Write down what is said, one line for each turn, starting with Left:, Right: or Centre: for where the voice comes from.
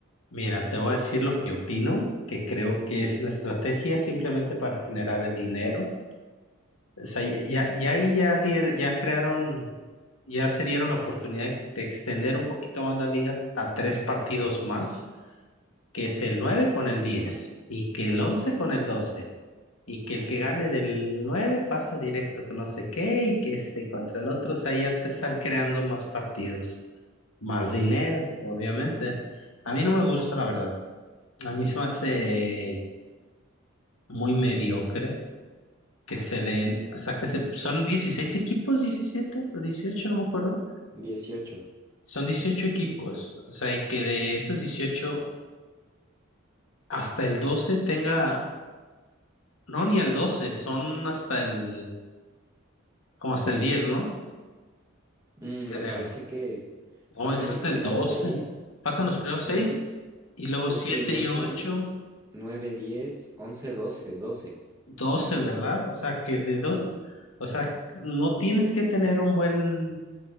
Left: Mira, te voy a decir lo que opino, que creo que es una estrategia simplemente para generar dinero. O sea, ya, ya, ya ahí ya, dier- ya crearon. ya se dieron la oportunidad de de extender un poquito más la liga a tres partidos más, que es el 9 con el 10 y que el 11 con el 12 y que el que gane del 9 pasa directo con no sé qué y que este contra el otro, o sea, ya te están creando más partidos, más dinero, obviamente. A mí no me gusta, la verdad. A mí se me hace muy mediocre que se den, o sea, que se, son 16 equipos, 17 o dieciocho no me acuerdo
Right: dieciocho
Left: Son 18 equipos, o sea, y que de esos 18 hasta el 12 tenga, no, ni el doce son hasta el, como hasta el diez ¿no?
Right: Mm,
Left: Creo.
Right: me parece que
Left: No,
Right: pasan
Left: es
Right: los
Left: hasta
Right: primeros
Left: el doce
Right: seis.
Left: Pasan los primeros
Right: seis
Left: 6 y luego
Right: siete
Left: 7
Right: y ocho
Left: y ocho
Right: nueve diez once doce doce
Left: doce ¿verdad? O sea, que de
Right: Sí,
Left: dos, o sea, no tienes que tener un buen,